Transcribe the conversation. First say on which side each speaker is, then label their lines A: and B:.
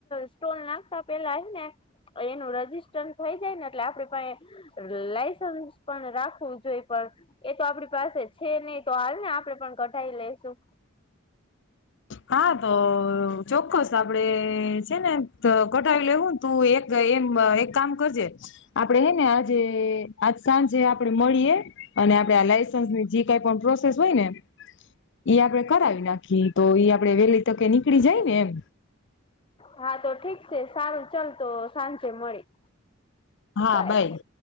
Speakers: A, on the left; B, on the left.
A: સ્ટોલ નાખતા પેલા ને એનું રજીિસ્ટર થઈ જાયને, એટલે આપડે પાસે લાયસન્સ પણ રાખવું જોઈ, પણ એ તો આપડી પાસે છે નહીં, તો હાલ ને આપડે પણ કઢાય લેસું.
B: હા, તો ચોક્કસ આપડે છે ને કઢાવી લેવું. તું એક એમ એક કામ કરજે, આપડે હે ને આજે આજ સાંજે આપડે મળીએ અને આપડે આ લઇસન્સની જે કંઈ પણ પ્રોસેસ હોય ને ઈ આપડે કરાવી નાખીએ તો ઈ આપડે વેલી તકે નીકળી જાય ને એમ.
A: હા, તો ઠીક છે. સા, રું ચાલ તો સાંજે મળી.
B: હા,
A: બાય
B: બાઈ.